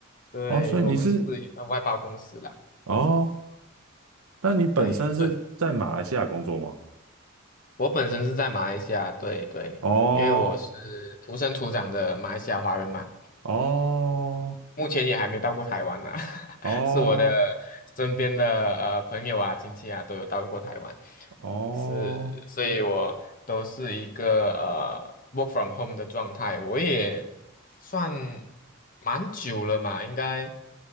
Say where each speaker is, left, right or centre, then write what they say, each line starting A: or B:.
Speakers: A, on the left (about 40°); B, on the right (about 85°).
A: 对，
B: 哦，所以你是
A: 我们就是一呃外包公司啦。
B: 哦，那你本身是在马来西亚工作吗？
A: 对对，我本身是在马来西亚，对对，
B: 哦
A: 因为我是土生土长的马来西亚华人嘛。
B: 哦
A: 目前也还没到过台湾呢、啊 <laughs>
B: 哦
A: 是我的身边的呃朋友啊、亲戚啊都有到过台湾，
B: 哦
A: 是，所以我都是一个呃 work from home 的状态，我也算蛮久了嘛，应该